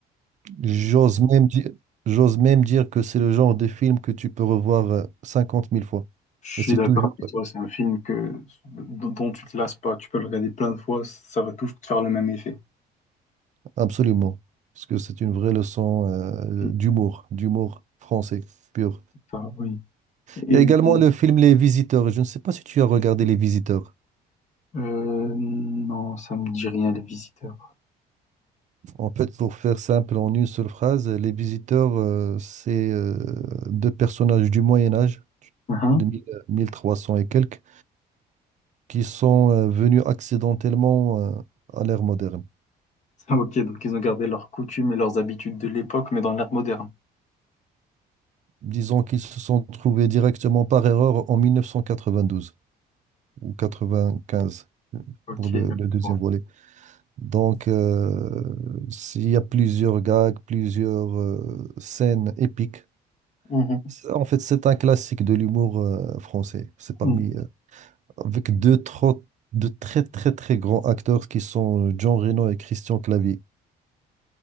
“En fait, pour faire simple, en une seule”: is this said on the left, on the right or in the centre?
Right